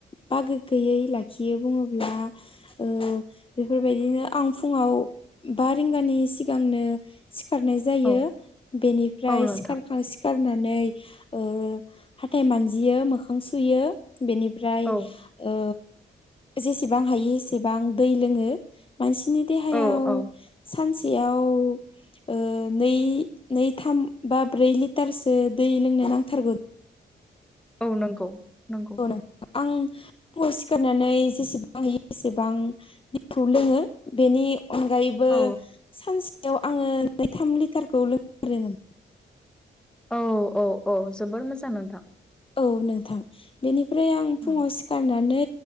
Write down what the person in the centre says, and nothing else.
औ
औ नोंथां
औ
औ औ
औ नंगौ। नंगौ
औ
औ औ औ जोबोर मोजां नोंथां
औ